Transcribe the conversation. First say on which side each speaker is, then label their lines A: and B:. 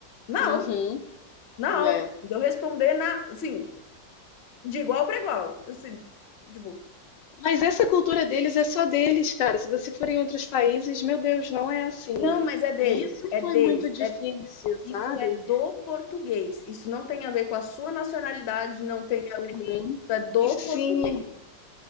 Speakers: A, on the left; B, on the left.
A: Na
B: Uhum.
A: alta, na alta.
B: É.
A: Deu responder na, assim, de igual para igual. Assim, tipo,
B: Mas essa cultura deles é só deles, cara. Se você for em outros países, meu Deus, não é assim.
A: não, mas é dele,
B: E isso
A: é
B: foi
A: deles,
B: muito difícil,
A: é,
B: sabe?
A: isso é do português. Isso não tem a ver com a sua nacionalidade, não tem, isso
B: Uhum.
A: é do
B: E sim,
A: português.